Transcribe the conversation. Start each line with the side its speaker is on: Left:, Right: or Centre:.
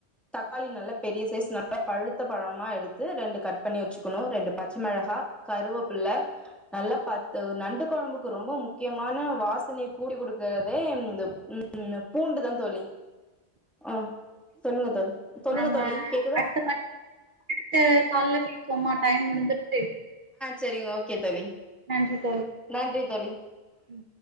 Centre: தக்காளி நல்லா பெரிய சைஸ் நல்லா பழுத்த பழமா எடுத்து ரெண்டு கட் பண்ணி வச்சுக்கணு ரெண்டு பச்சை மிளகா கருவேப்புள்ள நல்லா ப நண்டு குழம்புக்கு ரொம்ப முக்கியமான வாசனைைய கூடி குடுக்கறதே இந்த உம் பூண்டுதான் தோழி ஆ சொல்லுங்க தோழி சொல்லுங்க
Right: நம்ம
Centre: தோழி கேக்குதா
Right: அடுத்த அடுத்த கால்ல பேசுவோமா தோழி டைம் முடிஞ்சிரிச்சி
Centre: சரிங்க ஓகே தோழி
Right: <unintelligible>
Centre: நன்றி தோழி
Right: ம்